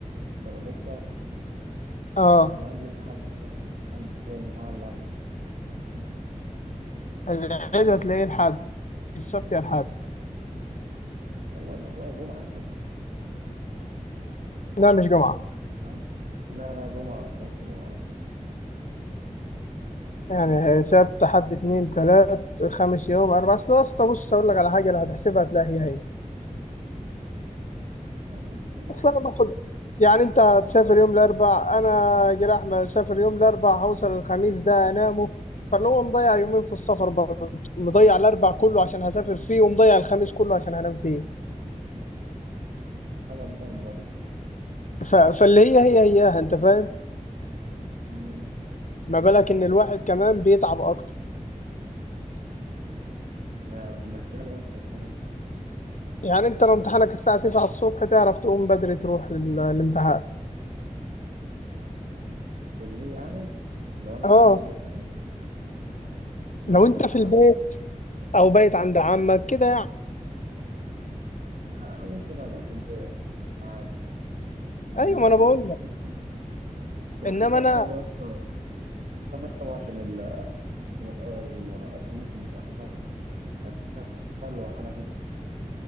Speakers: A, on the right (about 75°); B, on the left (about 65°).
A: لو لقيت سبت
B: أه
A: انا عندي امتحان النهارده عندي امتحان
B: أه العيد هتلاقيه الحد السبت يا الحد
A: هو ده هو يا جمعة يا سيدي
B: لا مش جمعة
A: أنا- لا لا جمعة وسبت جمعة وسبت
B: يعني سبت حد اتنين تلات خمس يوم أربعة أصل أصل بص أقول لك على حاجة لو هتحسبها هتلاقي هي هي
A: لا دي مش كل
B: أصل أنا باخد يعني أنت هتسافر يوم الأربع أنا جراح مسافر يوم الأربع هوصل الخميس ده أنامه فاللي هو مضيع يومين في السفر برضه مضيع الأربع كله عشان هسافر فيه ومضيع الخميس كله عشان هنام فيه
A: حاجة قدام برضه
B: ف... فاللي هي هي هياها أنت فاهم
A: أمم.
B: ما بالك إن الواحد كمان بيتعب أكتر
A: لا، بهدلة بس بصراحة
B: يعني انت لو امتحانك الساعة 9 الصبح تعرف تقوم بدري تروح ال- الامتحان
A: كلية يعني لو أنا
B: اه
A: جاي من البيت يعني أنا
B: لو
A: امتحاني
B: انت
A: تسعة
B: في البيت
A: ونص
B: او بايت عند عمك كده يعني
A: لا ممكن أبقى في البيت عادي يعني
B: ايوه
A: أركب
B: ما انا بقول
A: قطر
B: لك
A: ستة بس بخاف
B: انما
A: أركبه
B: انا
A: يا اسطى بخاف أركبه عشان ال- عشان ال- القطر ممكن يتأخر هتشغل وأنا كده